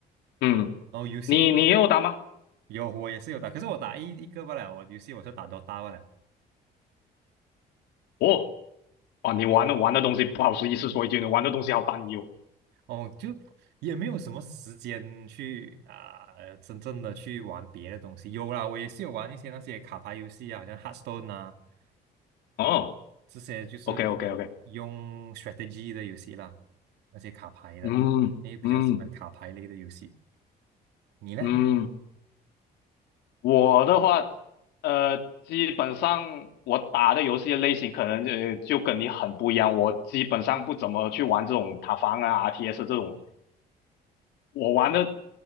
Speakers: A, on the left; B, on the right.
A: 嗯，
B: 哦，游戏你
A: 你你也有打吗？
B: 有，我也是有打，可是我打一一个不了，我游戏我是打 d o t 了。
A: 哦，哇，你玩的玩的东西不好意思说一句，你玩的东西好单一哦。
B: 哦，就也没有什么时间去啊、呃真正的去玩别的东西。有啦，我也是有玩一些那些卡牌游戏啊，好像 h e a r t s t o n e 啊，
A: 哦
B: 啊、这些就是比较用
A: ，OK OK OK，
B: strategy 的游戏啦，那些卡牌的，
A: 嗯嗯
B: 诶，比较喜欢卡牌类的游戏。你呢？
A: 嗯。我的话，呃，基本上我打的游戏类型可能就就跟你很不一样。我基本上不怎么去玩这种塔防啊、RTS 这种，我玩的